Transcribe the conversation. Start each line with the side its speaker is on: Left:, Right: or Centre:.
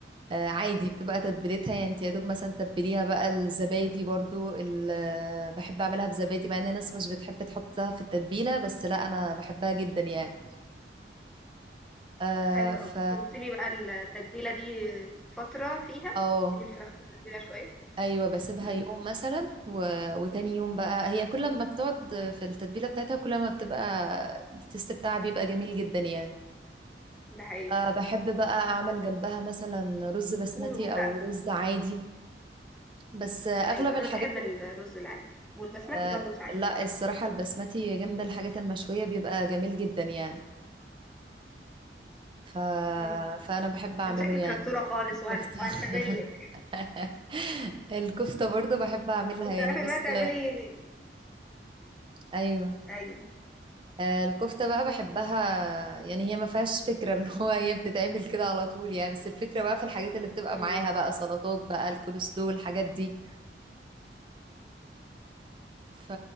Right: آه، عادي بتبقى تتبيلتها يعني انت يا دوب مثلا تتبليها بقى الزبادي برضو ال- بحب اعملها بزبادي مع ان الناس مش بتحب تحطها في التتبيلة بس لا انا بحبها جدا يعني آه
Centre: حلو
Right: ف
Centre: قوي وبتسيبي بقى التتبيله دي فتره فيها
Right: اه
Centre: بتسيبي الفراخ في التتبيله شويه
Right: ايوه بسيبها
Centre: امم
Right: يوم مثلا و... وتاني يوم بقى هي كل ما بتقعد في التتبيله بتاعتها كل ما بتبقى التست بتاعها بيبقى جميل جدا يعني
Centre: ده حقيقي
Right: آه، بحب بقى اعمل جنبها مثلا رز بسمتي
Centre: و- وبتاع
Right: او رز عادي بس آه، اغلب
Centre: ايوه
Right: الحاجات
Centre: انا بحب
Right: ال...
Centre: الرز العادي والبسمتي
Right: آه،
Centre: برضو ساعات
Right: لا الصراحه البسمتي جنب الحاجات المشويه بيبقى جميل جدا يعني ف...
Centre: امم
Right: فانا بحب اعمله
Centre: انت شكلك
Right: يعني
Centre: شطوره خالص
Right: الكفته
Centre: وهن... وهستغلك
Right: <laughs> الكفته برضو بحب اعملها
Centre: <laughs> وبتعرفي
Right: يعني بس
Centre: بقى تعملي
Right: ايوه
Centre: ايوه
Right: آه، الكفتة بقى بحبها يعني هي ما فيهاش فكرة ان هو هي بتتعمل كده على طول يعني بس الفكرة بقى في الحاجات اللي بتبقى
Centre: امم
Right: معاها بقى سلطات بقى الكولسلو الحاجات دي ف...